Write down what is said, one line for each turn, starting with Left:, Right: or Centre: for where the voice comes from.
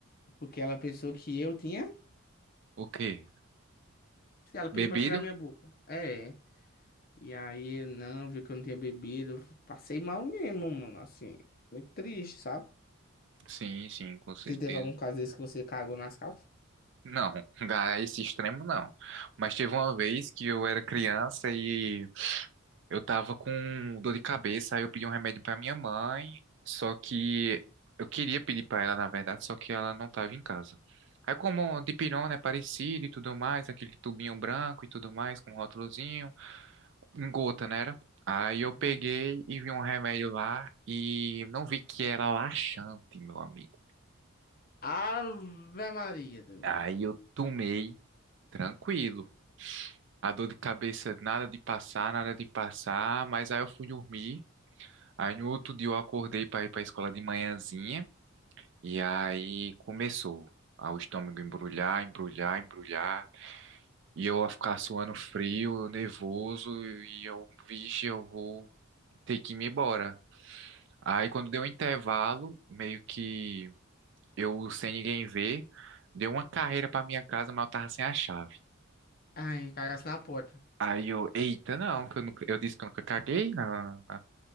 Left: Porque ela pensou que eu tinha.
Right: O quê?
Left: Ela pediu
Right: Bebido?
Left: pra cheirar minha boca. É. E aí eu não, viu que eu não tinha bebido. Passei mal mesmo, mano. Assim, muito triste, sabe?
Right: Sim, sim, com certeza.
Left: Você teve algum caso desse que você cagou nas calças?
Right: Não, <laughs> a esse extremo não. Mas teve uma vez que eu era criança e eu tava com dor de cabeça, aí eu pedi um remédio pra minha mãe, só que eu queria pedir pra ela, na verdade, só que ela não tava em casa. Aí como dipirona é parecido e tudo mais, aquele tubinho branco e tudo mais, com um rótulozinho, em gota, né? era? Aí eu
Left: Uhum.
Right: peguei e vi um remédio lá e não vi que era laxante, meu amigo.
Left: Ave Maria, doido.
Right: Aí eu tomei tranquilo. A dor de cabeça, nada de passar, nada de passar, mas aí eu fui dormir. Aí no outro dia eu acordei para ir para a escola de manhãzinha e aí começou a o estômago embrulhar, embrulhar, embrulhar, e eu a ficar suando frio, nervoso e eu, vixe, eu vou ter que ir me embora. Aí quando deu um intervalo, meio que eu sem ninguém ver, deu uma carreira para minha casa, mas eu tava sem a chave.
Left: Ai, cagasse na porta.
Right: Aí eu, eita, não, que eu, nunca, eu disse que eu nunca caguei, não. não.